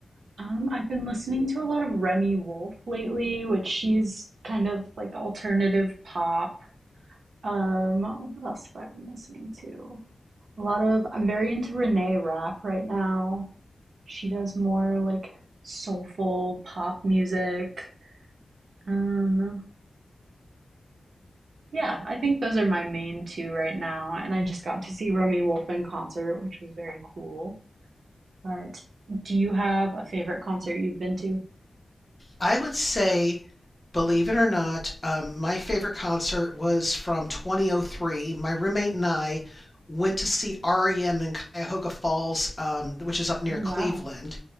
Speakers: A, on the right (about 85°); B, on the left (about 20°).
A: Um, I've been listening to a lot of Remy Wolf lately, which she's kind of like alternative pop. Um, what else have I been listening to? A lot of I'm very into Renee Rapp right now. She does more like soulful pop music. Um, yeah, I think those are my main two right now. And I just got to see Romy Wolf in concert, which was very cool. But do you have a favorite concert you've been to?
B: I would say Believe it or not, um, my favorite concert was from 2003. My roommate and I went to see REM in Cuyahoga Falls, um, which is up near
A: Oh, wow.
B: Cleveland.